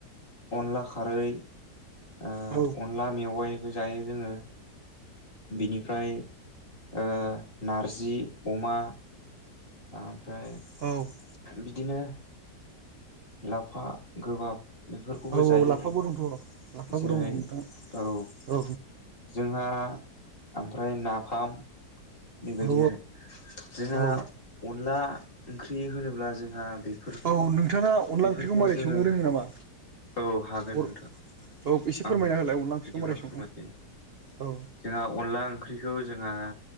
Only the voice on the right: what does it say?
औ
औ औ
औ
लाफाबो
दंथ' लाफाबो
दङ नोंथां
औ
औ
औ
औ नोंथाङा अनला
ओंख्रिखौ मारै
संनो रोङो नामा
बर
औ एसे
फोरमायना होलाय अनला ओंख्रिखौ
मारै
सङो औ